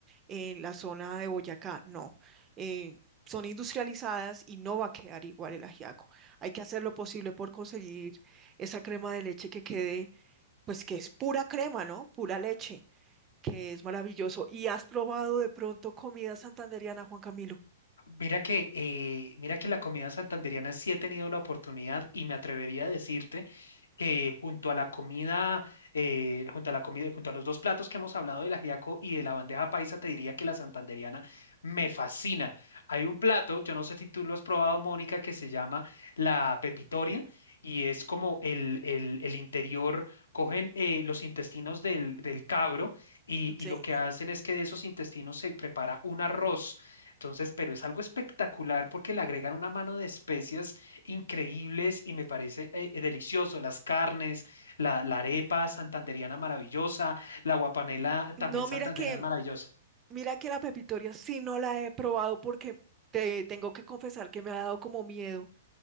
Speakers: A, on the right; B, on the left.
A: en la zona de Boyacá, no. Eh, son industrializadas y no va a quedar igual el ajiaco. Hay que hacer lo posible por conseguir esa crema de leche que quede, pues que es pura crema, ¿no? Pura leche que es maravilloso. ¿Y has probado de pronto comida santandereana, Juan Camilo?
B: Mira que, eh, mira que la comida santandereana sí he tenido la oportunidad y me atrevería a decirte que junto a la comida, eh, junto a la comida, junto a los dos platos que hemos hablado del ajiaco y de la bandeja paisa, te diría que la santandereana me fascina. Hay un plato, yo no sé si tú lo has probado, Mónica, que se llama la pepitoria y es como el, el, el interior, cogen eh, los intestinos del, del cabro y, y
A: Sí.
B: lo que hacen es que de esos intestinos se prepara un arroz. Entonces, pero es algo espectacular porque le agregan una mano de especias increíbles y me parece eh, eh, delicioso. Las carnes, la, la arepa santandereana maravillosa, la guapanela
A: No,
B: también santanderana
A: mira que,
B: maravillosa.
A: mira que la pepitoria sí no la he probado porque te tengo que confesar que me ha dado como miedo,